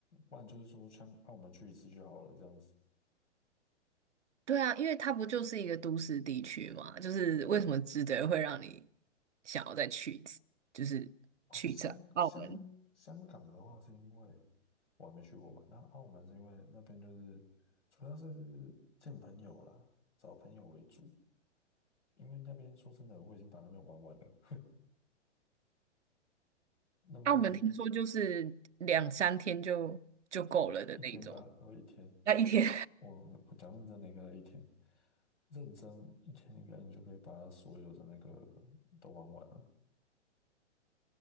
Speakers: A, on the left; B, on the right.
A: 不然就是说香澳门去一次就好了这样子。
B: 对啊，因为它不就是一个都市地区嘛，就是为什么值得会让你想要再去一次，就是去一次澳门。
A: 哦，香香香港的话是因为我还没去过嘛，那澳门是因为那边就是主要是见朋友啦，找朋友为主，因为那边说真的我已经把那边玩完了，<laughs> 那边都已经
B: 澳门听说就是两三天就就够了的那一种，
A: 一一天吧，都一天，
B: 那一天
A: 我我讲认真的应该一天。认真一天，应该你就可以把它所有的那个都玩完了。